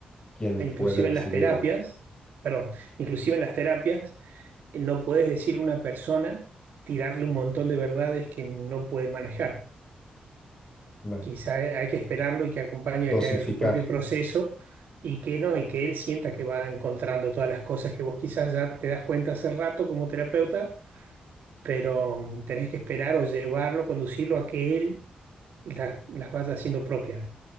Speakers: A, on the left (about 25°); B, on the right (about 75°).
A: quién
B: inclusive
A: puede recibirlo,
B: en las terapias, perdón, inclusive en las terapias. No puedes decirle a una persona, tirarle un montón de verdades que no puede manejar.
A: la-
B: Quizá hay que esperarlo y que acompañe
A: dosificar,
B: a que haga su propio proceso y que no, y que él sienta que va encontrando todas las cosas que vos quizás ya te das cuenta hace rato como terapeuta, pero mm, tenés que esperar o llevarlo, conducirlo a que él las, las vaya haciendo propias.